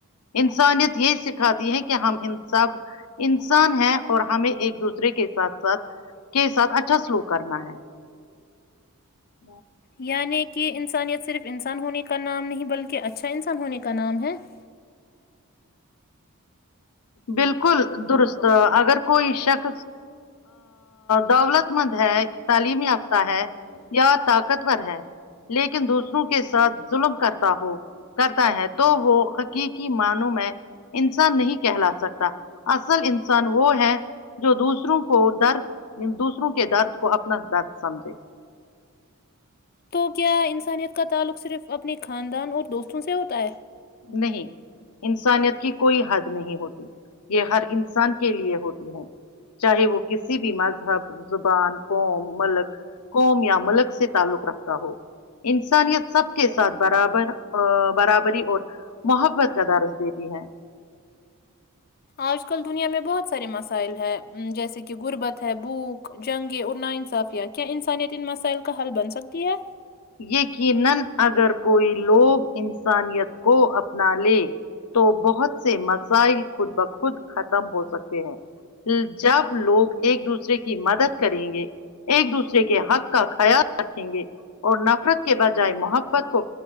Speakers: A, on the left; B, on the left.
A: انسانیت یہ سکھاتی ہے کہ ہم ان سب ان ہے اور ہمیں ایک دوسرے کے ساتھ ساتھ کے ساتھ اچھا سلو کرنا ہے <inaudible>
B: یعنی کہ انسانیت سے صرف انسان ہونے کا نام نہیں بلکہ اچھا انسان ہونے کا نام ہے <inaudible>
A: بالکل درست اگر کوئی شخص دولت مند <inaudible> ہے تعلیم یافتہ ہے یا طاقتور ہے لیکن دوسروں کے ساتھ <inaudible> ظلم کرتا ہو کرتا ہے تو وہ حقیقی معنوں میں <inaudible> انسان نہیں کہلا سکتا اصل انسان وہ ہے جو دوسروں کو درد دوسروں کے درد کو اپنا درد سمجھے
B: تو کیا انسانیت کا تعلق صرف اپنے خاندان اور دوستوں سے ہوتا ہے
A: نہیں انسانیت کی کوئی حد نہیں ہوتی یہ ہر انسان کے لیے ہوتی ہے چاہے وہ کسی بھی مذہب زبان قوم ملک قوم یا ملک سے تعلق رکھتا ہو انسانیت سب کے ساتھ برابر برابری اور محبت کا درس دیتی ہے
B: آج کل دنیا میں بہت سارے مسائل ہیں جیسے کہ غربت ہے بھوک جنگیں اور ناانصافیہ کیا انسانیت ان مسائل کا حل بن سکتی ہے
A: یقینا اگر کوئی لوگ انسانیت کو اپنا لیں تو بہت سے مسائل خود بخود ختم ہو سکتے ہیں جب لوگ ایک دوسرے کی مدد کریں گے ایک دوسرے کے حق کا خیال رکھیں گے اور نفرت کے بجائے محبت کو